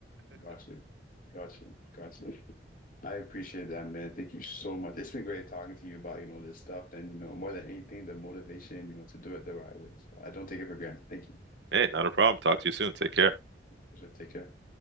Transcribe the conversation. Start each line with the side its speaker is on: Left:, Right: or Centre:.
Left: Gotcha. Gotcha. Gotcha. I appreciate that, man. Thank you so much. It's been great talking to you about, you know, this stuff and, you know, more than anything, the motivation, you know, to do it the right way. So I don't take it for granted. Thank you.
Right: Hey, not a problem. Talk to you soon. Take care.
Left: For sure. Take care.